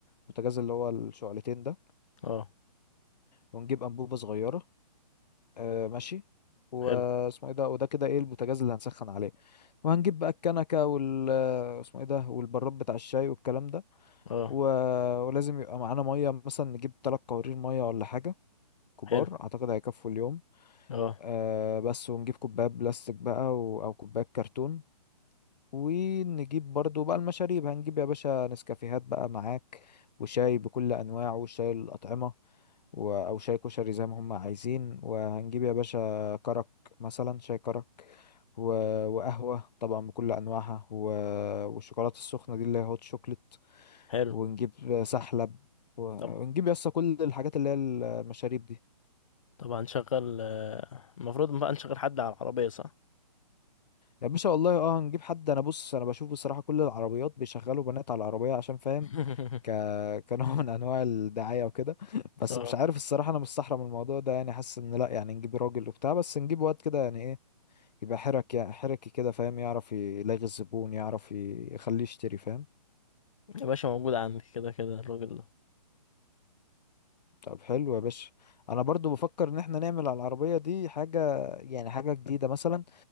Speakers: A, on the left (about 85°); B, on the left (about 55°).
A: بوتاجاز اللي هو الشعلتين ده
B: اه
A: ونجيب انبوبة صغيرة اه ماشي واسمه
B: حلو
A: ايه ده وده كده ايه البوتاجاز اللي هنسخن عليه وهنجيب بقى الكنكة وال اسمه ايه ده والبراد بتاع الشاي والكلام ده
B: اه
A: و... ولازم يبقى معانا ميه مثلا نجيب تلات قوارير ميه ولا حاجه كبار
B: حلو
A: اعتقد هيكفوا اليوم
B: اه
A: آه بس ونجيب كوبايه بلاستيك بقى و... او كوبايه كرتون ونجيب برضو بقى المشاريب هنجيب يا باشا نسكافيهات بقى معاك وشاي بكل انواعه وشاي الاطعمه و... او شاي كشري زي ما هم عايزين وهنجيب يا باشا كرك مثلا شاي كرك و... وقهوه طبعا بكل انواعها و... والشوكولاته السخنه دي اللي هي هوت شوكليت
B: حلو
A: ونجيب سحلب و-
B: طب
A: ونجيب يسطا كل الحاجات اللي هي المشاريب دي
B: طب هنشغل آه، المفروض بقى نشغل حد على العربية صح
A: يا باشا والله اه هنجيب حد انا بص انا بشوف بصراحة كل العربيات بيشغلوا بنات على العربية عشان فاهم
B: <laughs>
A: ك... كنوع من انواع الدعاية وكده <laughs> بس
B: اه
A: مش عارف الصراحة انا مستحرم الموضوع ده يعني حاسس ان لا يعني نجيب راجل وبتاع بس نجيب واد كده يعني ايه يبقى حرك يعني حركي كده فاهم يعرف يلاغي الزبون يعرف ي- يخليه يشتري فاهم
B: يا باشا موجود عندي كده كده الراجل ده
A: طب حلو يا باشا انا برضو بفكر ان احنا نعمل على العربية دي حاجة يعني حاجة جديدة مثلا